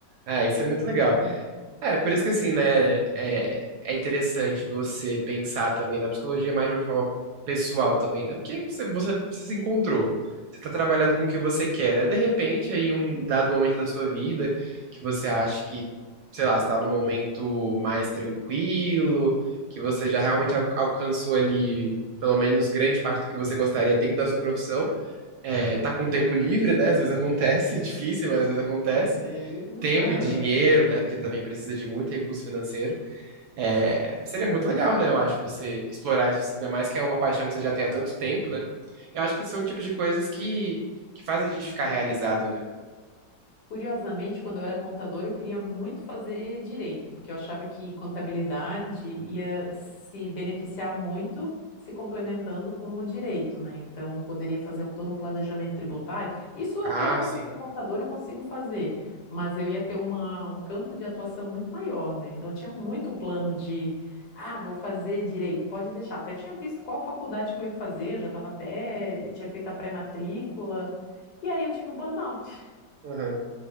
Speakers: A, on the right; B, on the left.
A: Ah, isso é muito legal.
B: É,
A: É, por isso que assim, né, é, é interessante você pensar também na psicologia mais de uma forma pessoal também, né? Porque você, você se encontrou, você tá trabalhando com o que você quer, né? De repente, aí um dado momento da sua vida que você acha que, sei lá, você tá num momento mais tranquilo, que você já realmente al- alcançou ali pelo menos grande parte do que você gostaria dentro da sua profissão, é, tá com tempo livre, né? Às vezes acontece, <laughs> é difícil, mas às vezes acontece.
B: às vezes.
A: Tempo
B: aham.
A: e dinheiro, né? Porque também precisa de muito recurso financeiro. É, seria muito legal, né? Eu acho você explorar isso assim, ainda mais que é uma paixão que você já tem há tanto tempo, né? Eu acho que são o tipo de coisas que, que fazem a gente ficar realizado, né?
B: Curiosamente, quando eu era contadora, eu queria muito fazer direito, porque eu achava que contabilidade ia se beneficiar muito se complementando com o direito, né? Então, poderia fazer um- todo um planejamento tributário. Isso
A: Ah,
B: até como
A: sim.
B: contadora eu consigo fazer, mas eu ia ter uma, um campo de atuação muito maior, né? Então, eu tinha muito plano de, ah, vou fazer direito, pode deixar. Até tinha visto qual faculdade que eu ia fazer, eu já estava até, tinha feito a pré-matrícula, e aí eu tive o burnout. <laughs>
A: Aham.